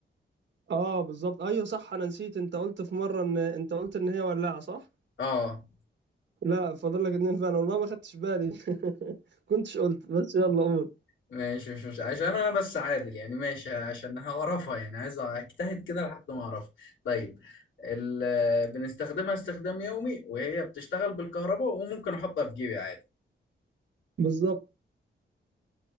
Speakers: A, on the right; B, on the left.
A: اه بالظبط ايوه صح انا نسيت انت قلت في مره ان انت قلت ان هي ولاعه صح
B: اه
A: لا فاضل لك اتنين فعلا والله ما خدتش بالي <laughs> كنتش قلت بس يلا قول
B: ماشي مش مش عشان انا بس عادل يعني ماشي عشان هعرفها يعني عايز اجتهد كده لحد ما اعرفها طيب ال- بنستخدمها استخدام يومي وهي بتشتغل بالكهرباء وممكن احطها في جيبي عادي
A: بالظبط